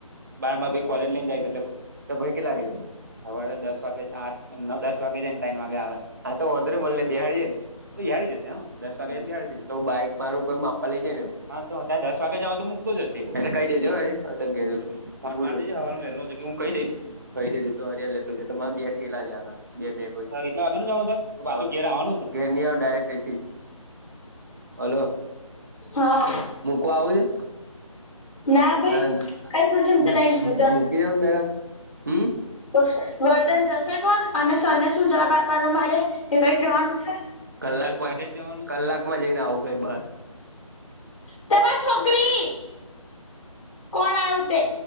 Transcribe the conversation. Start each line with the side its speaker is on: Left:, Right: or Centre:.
Right: બાર માં ભ કોલેજ લઈને જાયશ એટલે તો ભ કે લાગે છે સવારે દસ વાગે આઠ નવ દસ વાગે જાય ને તયન વાગે આવે આ તો ઓધરે બોલ બેિહળે બેહાડી જશે હ દસ વાગે બડી જશે સ બાઈક મારું માર પપા લઈ જાયે એમ હા તો અત્યારે દસ વાગે જવા તો મૂકતો જશે એવૈયો અને કઈ દેજે અવે અત્યારે ઘરેજૌ તો <unintelligible> હું કહી દઈશ કહી દઈશ તો હરિયા લેતો તો બે ઠલા છે આ બે કોઈ વા ઘરની ડાયરેકથી હલો
Left: હા
Right: મૂક આવું છે
Left: ના ભાઈ
Right: અને
Left: કઈ ખુશી
Right: મૂકી
Left: તો કઈ
Right: મૂકી જ મેડમ હમ્મ
Left: તો વર્ધન જશે કોણ અને સર ને શું જવાબ આપવાનો મારે એ કઈ જવાનું છે
Right: કલાક જનું કલાકમાં જઈને આવું કઈ બાર
Left: તેમાં છોકરી કોણ આવ્યું તે